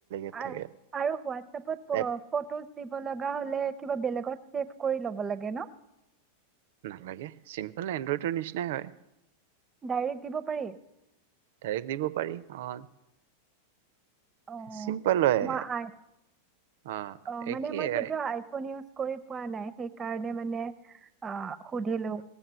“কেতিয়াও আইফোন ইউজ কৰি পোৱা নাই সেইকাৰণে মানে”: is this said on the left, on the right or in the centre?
Right